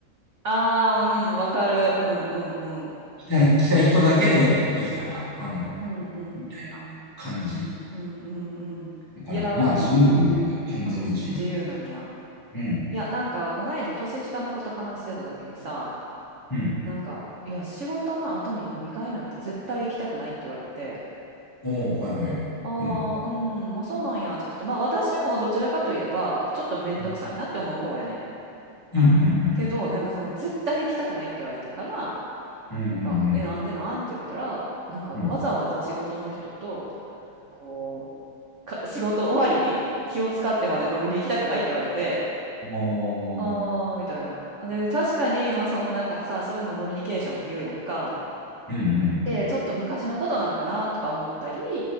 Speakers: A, on the right (about 80°); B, on the left (about 25°).
A: あ。ああ、うん、わかる。うんうんうん。
B: 来たい、来たい人だけでいいから、あの、
A: うんうんうんうん。
B: みたいな感じ。
A: うんうんうん。
B: だから、
A: いやー、
B: まあ自由といえば完全に自由。
A: うん、自由なんや。
B: うん。
A: いや、なんか、こないだ年下の子と話してた時にさ、
B: うん。
A: なんか、いや、仕事の後に飲み会なんて絶対行きたくないって言われて、
B: おー、はいはい。
A: ああ、
B: うん
A: うん、まあそうなんやって言ってて、まあ私もどちらかといえば、ちょっとめんどくさいなって思う方やねん。
B: うんうん
A: けど、なんかその、絶対行きたくないって言われたから、
B: うんうんうんうん
A: なんか、え、なんでなんって言ったら、なんかわざわざ仕事の人と、
B: うんうん
A: こう、か、仕事終わりに気を使ってまで飲みに行きたくないって言われて、
B: <laughs> も
A: ああ、みたいな。で、確かに、まあそのなんかさ、そういうのノミニケーションって言うやんか。
B: う、うんうん、
A: て、ちょっと昔のことなんかなとか思ったり、